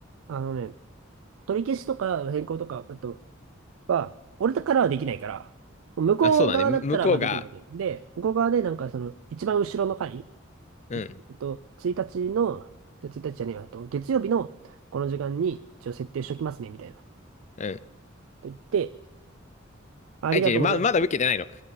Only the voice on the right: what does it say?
あのね、取り消しとか変更とか、あと、は、俺からはできないから、向こう側だったらまあできるわけ。
で、向こう側でなんかその、一番後ろの回、
いちえっと、1日の、1日じゃねえわ、あと月曜日のこの時間に一応設定しときますね、みたいな。
と言って、ありがとうございます。
で